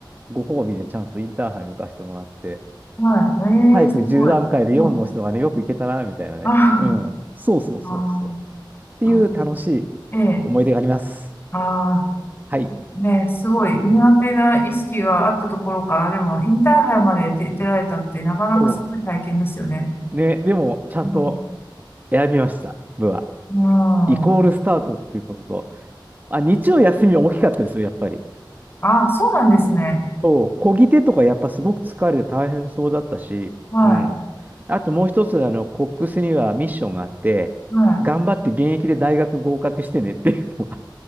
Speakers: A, on the right; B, on the left.
A: ご褒美でちゃんとインターハイに行かせてもらって、
B: い。はい。
A: 早く10段階で4の人がね、
B: ええ、すごい。はい。
A: よく行けたな、みたいなね。
B: あ
A: うん。そうそうそうそう。
B: あ。
A: っていう楽しい
B: ああ。ええ。
A: 思い出があります。
B: ああ、
A: はい。
B: ね、すごい苦手な意識があったところから、でも、インターハイまで出、出られたって、なかなかすごい体験ですよね。
A: そう。ね、でも、ちゃんと
B: うん。
A: 選びました、部は。
B: うん、
A: イコールスタートっていうことと、あ、日曜休みは大きかったですよ、やっぱり。
B: ああ、そうなんですね。
A: そう、漕ぎ手とかやっぱすごく疲れて大変そうだったし、
B: はい。
A: うん。あともう一つ、あの、コックスにはミッションがあって、
B: はい。
A: 頑張って現役で大学合格してねっていうのがあ